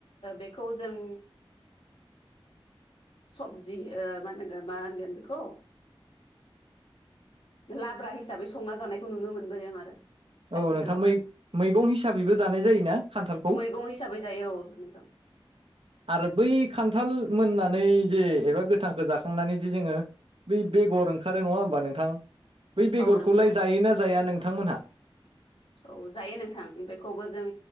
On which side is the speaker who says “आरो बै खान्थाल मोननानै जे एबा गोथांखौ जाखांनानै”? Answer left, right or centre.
Right